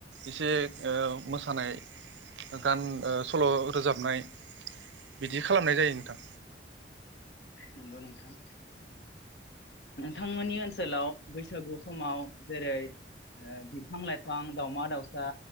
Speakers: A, on the right (about 80°); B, on the left (about 65°).
A: इसे मोसानाय गान ओ सल' रोजाबनाय बिदि खालामनाय जायो नोंथां।
B: नंगौ नोंथां नोंथांमोननि ओनसोलाव बैसागु समाव जेरै ओ बिफां लाइफां दावमा दावसा